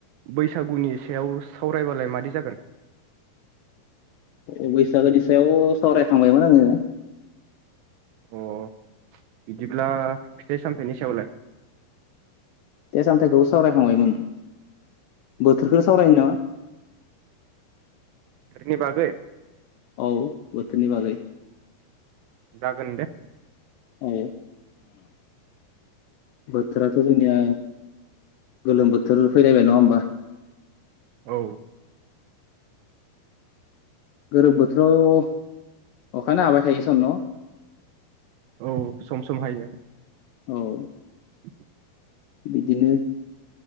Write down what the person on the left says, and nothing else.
अ बैसागोनि सायाव सावरायखांबायमोन आङो।
फिथाय-सामथायाइखौबो सावरायखांबायमोन बोथोरखौनो
सावरायनो नामा
औ बोथोरनि बागै
औ बोथोराथ' जोंनिया गोलोम बोथोर फैलायबाय नङा होमबा।
गोलोम बोथोराव अखानो हाबाय थायो सन न'?
औ
बिदिनो